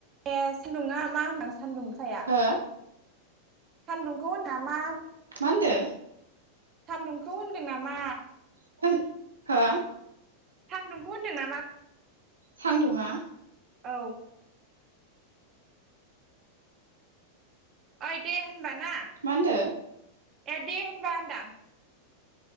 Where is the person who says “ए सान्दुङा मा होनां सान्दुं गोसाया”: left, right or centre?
Right